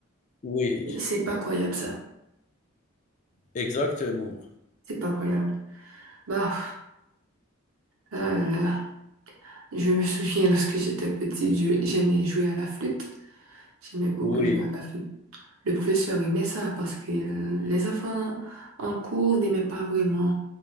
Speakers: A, on the left; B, on the right.
A: Oui,
B: C'est pas croyable, ça.
A: exactement.
B: C'est pas croyable. Bah, là, là, là. Je me souviens lorsque j'étais petite, je- j'aimais jouer à la flûte. J'aimais beaucoup
A: Oui,
B: jouer à la flûte. Le professeur aimait ça parce que les enfants en cours n'aimaient pas vraiment